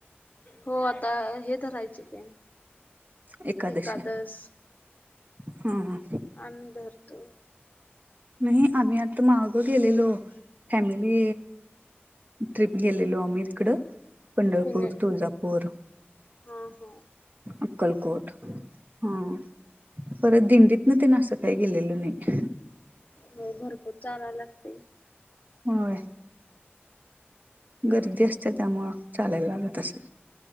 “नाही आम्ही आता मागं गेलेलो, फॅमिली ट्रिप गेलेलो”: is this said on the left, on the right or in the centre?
Right